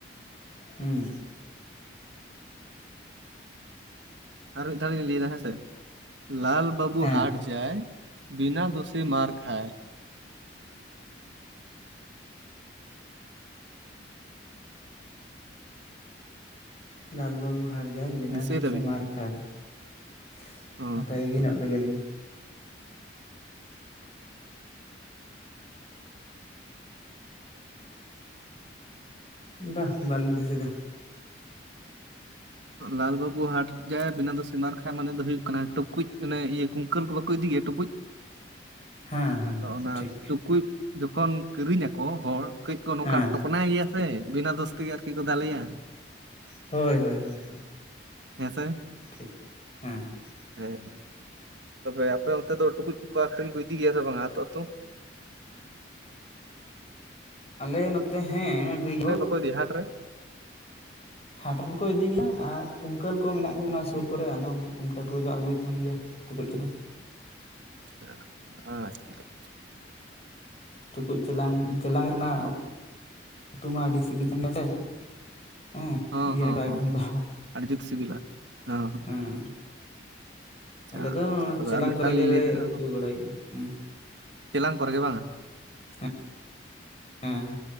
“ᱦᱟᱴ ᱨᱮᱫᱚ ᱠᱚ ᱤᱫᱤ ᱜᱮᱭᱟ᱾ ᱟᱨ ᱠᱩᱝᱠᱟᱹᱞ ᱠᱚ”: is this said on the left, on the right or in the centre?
Left